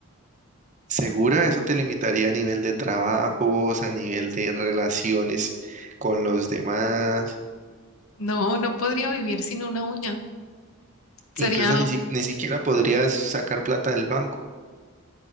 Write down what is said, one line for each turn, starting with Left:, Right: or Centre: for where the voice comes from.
Right: Segura, eso te limitaría a nivel de trabajos, a nivel de relaciones con los demás.
Left: No, no podría vivir sin una uña. Sería,
Right: Incluso ni, si- ni siquiera podrías sacar plata del banco.